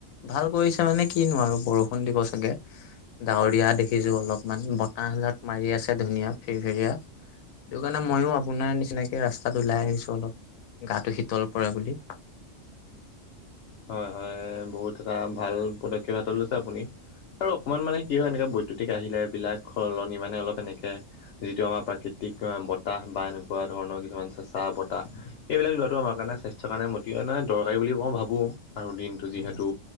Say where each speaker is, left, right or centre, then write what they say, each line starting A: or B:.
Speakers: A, on the left (about 85°); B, on the left (about 65°).
A: ভাল কৰিছে মানে কিনো আৰু বৰষুণ দিব চাগে। ডাৱৰীয়া দেখিছো অলপমান, বতাহজাক মাৰি আছে ধুনীয়া ফিৰফিৰিয়া। সেইটো কাৰণে মইয়ো আপোনাৰ নিচিনাকে ৰাস্তাত ওলাই আহিছো, অলপ গাটো শীতল পৰে বুলি।
B: হয়, হয়, বহুত এটা ভাল পদক্ষেপ হাত লৈছে আপুনি আৰু অকমান মানে কি হয় এনেকে প্ৰতিক আহিলে বিলাক সলনি মানে অলপ এনেকৈ যিটো আমাৰ প্ৰাকৃতিক বতাহ বা এনেকুৱা ধৰণৰ কিছুমান চেঁচা বতাহ। এইবিলাক লোৱাটো আমাৰ কাৰণে স্বাস্থ্যৰ কাৰণে ম দৰকাৰী বুলি মই ভাবো আৰু দিনটো যিহেতু
A: হয়